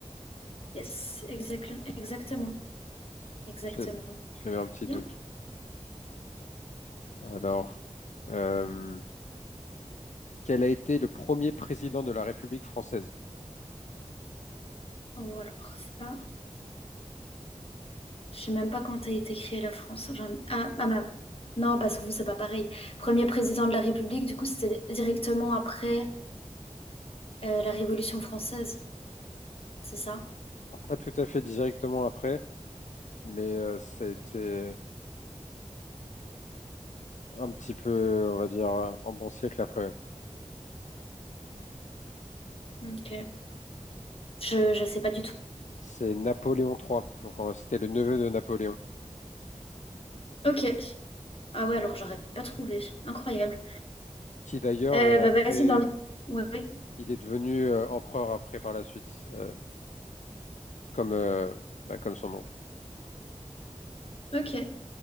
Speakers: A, on the left; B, on the left.
A: Yes, exactement, exactement, exactement.
B: J'ai j'ai eu un petit
A: Bien.
B: doute. Alors, euh, quel a été le premier président de la République française?
A: Oh, alors ça, je sais même pas quand a été créée la France. J'en- Ah, ah bah, non, parce que vous, c'est pas pareil. Premier président de la République, du coup, c'était directement après euh, la Révolution française, c'est ça?
B: Alors, pas tout à fait directement après, mais euh, ça a été un petit peu, on va dire, euh, un bon siècle après. ouais.
A: Ok. Je, je sais pas du tout.
B: C'est Napoléon III, donc euh, c'était le neveu de Napoléon,
A: Ok. Ah ouais, alors j'aurais pas trouvé. Incroyable.
B: qui d'ailleurs,
A: Euh,
B: est
A: bah
B: après,
A: vas-y dans le. Ouais. ouais.
B: il est devenu euh, empereur après par la suite, euh, comme, euh, bah, comme son oncle.
A: Ok.